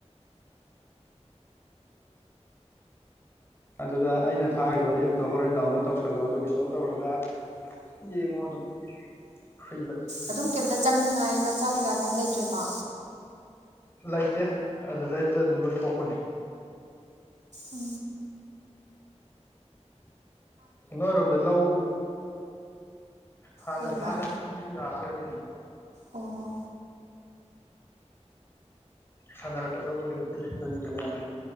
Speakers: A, on the left; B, on the right.
A: ꯑꯗꯨꯗ ꯑꯩꯅ ꯊꯥꯈꯤꯕ ꯑꯦꯞꯇꯣ ꯍꯣꯔꯦꯟ ꯗꯥꯎꯟꯂꯣꯗ ꯇꯧꯁꯜꯂꯣ ꯑꯗꯨꯒ ꯏꯟꯁꯇꯣꯜ ꯇꯧꯔꯒ ꯌꯦꯡꯉꯣ ꯑꯗꯨꯝ ꯐ꯭ꯔꯤꯗ
B: ꯑꯗꯨꯝ ꯀꯩꯝꯇ ꯆꯪꯅꯉꯥꯏ ꯃꯆꯥ ꯀꯩꯀꯥ ꯀꯩꯝ ꯂꯩꯇ꯭ꯔꯦꯀꯣ
A: ꯂꯩꯇꯦ ꯑꯗꯨꯗꯩꯗꯨꯗ ꯑꯗꯨꯝ ꯂꯧꯣꯏꯊꯣꯛꯄꯅꯤ
B: ꯎ
A: ꯅꯣꯏꯔꯣꯝꯗ ꯂꯧ ꯍꯥꯟꯅ
B: ꯀꯩꯕꯥ
A: ꯍꯥꯟꯅꯒꯤ ꯕꯨ ꯌꯔ ꯑꯣꯏ
B: ꯑꯣ
A: ꯁꯥꯟꯅꯔꯛꯀꯗꯧꯕꯁꯦꯤꯄꯅꯤꯗꯅꯗꯦ